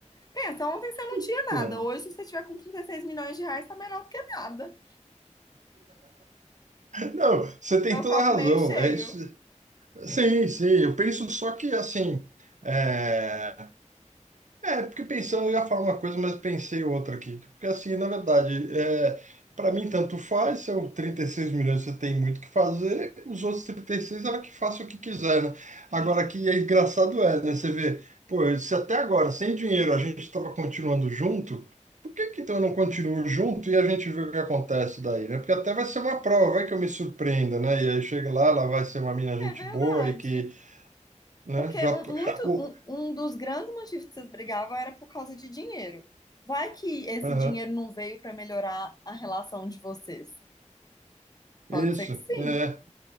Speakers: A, on the left (about 30°); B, on the right (about 75°).
A: Pensa, ontem você não
B: Então,
A: tinha nada. Hoje, se você tiver com 36 milhões de reais, tá melhor do que nada.
B: não, você tem
A: É o
B: toda
A: copo
B: a razão.
A: meio cheio.
B: É isso. Sim, sim, eu penso só que assim, é, É, porque pensando, eu ia falar uma coisa, mas pensei outra aqui. Porque assim, na verdade, é, para mim tanto faz, são 36 milhões, você tem muito o que fazer, os outros 36 ela que faça o que quiser, né? Agora que é engraçado é, né? Você vê, pô, se até agora, sem dinheiro, a gente estava continuando junto, por que que então eu não continuo junto e a gente vê o que acontece daí, né? Porque até vai ser uma prova, vai que eu me surpreenda, né? E aí chega lá, ela vai ser uma mina
A: É
B: gente
A: verdade.
B: boa e que, né,
A: Porque
B: já...
A: um,
B: <laughs>
A: muito,
B: o-
A: um, um dos grandes motivos que vocês brigavam era por causa de dinheiro. Vai que esse
B: Aham,
A: dinheiro não veio pra melhorar a relação de vocês.
B: Isso,
A: Pode ser que sim,
B: é.